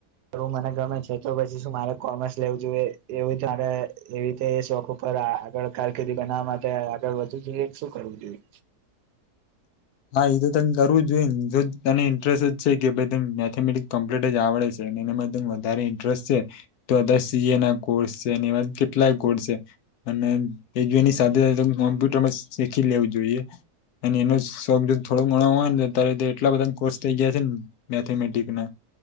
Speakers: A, on the right (about 85°); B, on the left (about 75°).
A: એરુ મને ગમે છે તો પ છી શું મારે કોમર્સ લેવું જોઈએ એવી ત્યારે એવી રીતે શોક ઉપર આગળ કારકિર્દી બનાવામાં આપડે આગળ વધુ જોયે ક શું કરુંવુ જોઈએ?
B: હા એ તો તને કરવું જ જોઈએ ને જો તને ઇન્ટરેસ્ટ જ છે કે ભાઈ ત મેથેમેટિકસ કમ્પ્લલીટ જ આવડે છે, ને એનામાં તને વધારે ઇન્ટરેસ્ટ છે, તો તે સી એ ના કોર્સ છે, ને એવા કેટલાય કોર્સ છે. અને તે જની સાથે સાથે કોમ્પ્યુટરમાં શીખી લેવું જોઈએ અને એનો સ તો થોડો ઘણો હોય ને અ્યારે એટલા બધા કોર્સ થઈ ગયા છે ને મેથેમેટિકસ ના